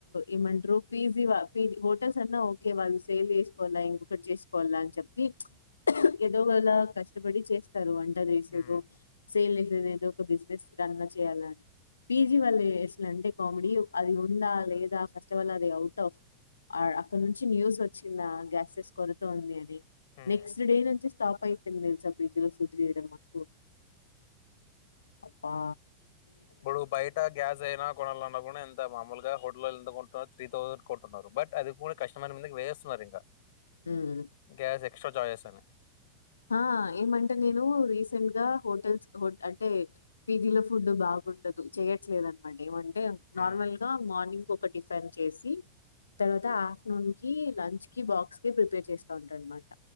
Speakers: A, on the left; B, on the left.
A: ఏమంటరు పీజీవా హోటల్స్ అన్నా ఓకే వాళ్ళు సేల్ చేసుకోవాలా ఇంకొకటి చేసుకోవాలా అని చెప్పి ఏదోగలా కష్టపడి చే తరు వంట చేసిదో
B: ఉమ్,
A: సేల్ చేసేదో ఏదో ఒక బిజినెస్ రన్నా చేయాల పీజీ వాళ్లు ఏసలా అంటే కామెడీ అది ఉందా లేదా ఫస్ట్ ఆఫల్ అది అవుట్ ఆఫ్ ఆడ అక్కడ నుంచి న్యూస్ వచ్చిందా గ్యాసెస్ కొరుత ఉంది అని
B: ఉమ్.
A: నెక్స్ట్ డే నుంచి స్టాప్ అయిపోయింది తెలుసా పిజీలో ఫుడ్ చేయడం మాకు అప్పా
B: ఇప్పుడు బయట గ్యాస్ అయినా కొనాలన్న కూడా ఎంత మామూలుగా హోటాళ్లలో ఎంత కొంటు త్రీ థౌజండ్ కొంటున్నారు బట్ అది కూడా కస్టమర్ మీదకి వేసేస్తున్నారు ఇంకా
A: హ్మ్.
B: గ్యాస్ ఎక్సట్రాచార్జెస్ అన్ని బ్లాంక్
A: ఆ ఏమంటే నేను రీసెంట్ గా హోటల్స్ అంటే పీజీ లో ఫుడ్ బాగు డదు చేయట్లేదనమాట ఏమంటే నార్మల్
B: ఉమ్,
A: గా మార్నింగ్కి ఒక టిఫెన్ చేసి తర్వాత ఆఫ్టర్నూన్ కి లంచ్ కి బాక్స్ కి ప్రిపేర్ చేస్తాఉంటా అనమాట